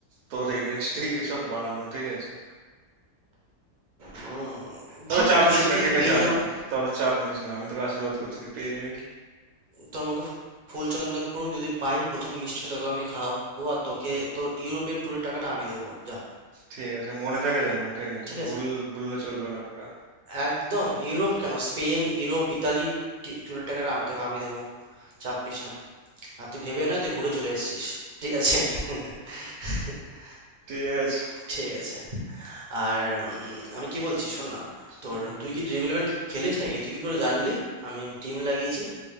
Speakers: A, on the right; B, on the right.
A: তোর এগেনস্টেই এসব বানানো ঠিক আছে
B: হুম
A: তবে
B: ভাব
A: চাপ
B: না তুই
A: নিস
B: সেদিনকে
A: না
B: যদি
A: ঠিক আছে
B: পেয়ে যেতাম
A: আমি-
B: আমি
A: তবে চাপ নিস না আমি তোকে আশীর্বাদ করছি তুই পেয়ে যাবি
B: তোর মুখে ফুল চন্দন পড়ুক যদি পাই প্রথম মিষ্টিটা তোকে আমি খাওয়াবো আর তোকে তোর ইউরোপের ট্যুরের টাকাটা আমি দেবো যা
A: ঠিক আছে মনে থাকে যেন ঠিক আছে
B: ঠিক
A: ভুল
B: আছে
A: ভুললে চলবে না কাকা
B: একদম ইউরোপ কেন স্পেন ইউরোপ ইতালি ট্যুরের টাকাটা আমি তোকে আমি দেবো চাপ নিস না আর তুই ভেবে না তুই ঘুরে চলে এসেছিস ঠিক আছে <laughs>
A: ঠিক আছে
B: ঠিক আছে আর উম, আমি কি বলছি শোন না তোর
A: হুম হুম
B: তুই কি ড্রিম ইলেভেন খেলিস নাকি তুই কি করে জানলি আমি টিম লাগিয়েছি